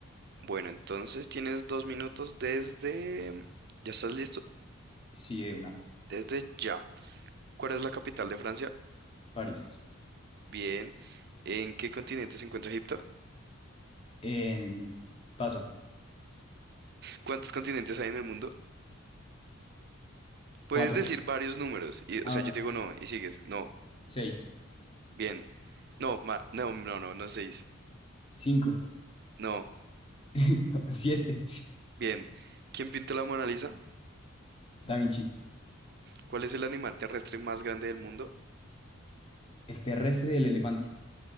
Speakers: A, on the right; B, on the left.
A: bueno, entonces tienes dos minutos desde... ¿Ya estás listo?
B: Sí, de una.
A: Desde ya. ¿Cuál es la capital de Francia?
B: París.
A: Bien. ¿En qué continente se encuentra Egipto?
B: En paso.
A: ¿Cuántos continentes hay en el mundo? Puedes
B: Cuatro.
A: decir varios números. Y,
B: Ah,
A: o sea,
B: bueno,
A: yo te
B: sí.
A: digo no y sigues. No.
B: Seis.
A: Bien. No, ma- no, no, no, no seis.
B: Cinco.
A: No.
B: <laughs> Siete.
A: Bien. ¿Quién pintó la Mona Lisa?
B: Da Vinci.
A: ¿Cuál es el animal terrestre más grande del mundo?
B: El terrestre el elefante.